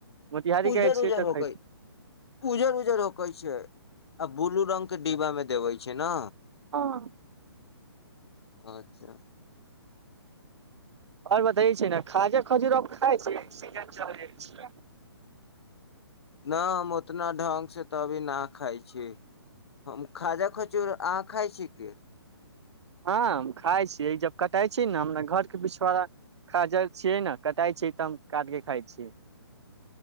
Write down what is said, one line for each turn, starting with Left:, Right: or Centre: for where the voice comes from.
Right: मोतिहारी
Left: उजर
Right: गैल छियै
Left: उजर
Right: तऽ
Left: होकै
Right: खरीद
Left: उजर उजर होकै छै आ ब्लू रंग के डिब्बा मे देबै छै ना
Right: हँ
Left: अच्छा
Right: आओर बतै छै ने खाजा खजुर खाय छै छै
Left: न हम उतना ढंगसँ तऽ अभी नहि खाइ छी हम खाजा खजूर अहाँ खाइ छी की
Right: हँ हम खाइ छियै जब कटाइ छै ने हमरा घरके पिछोड़ा खाजल छियै ने कटाइ छियै तऽ हम काट के खाइ छियै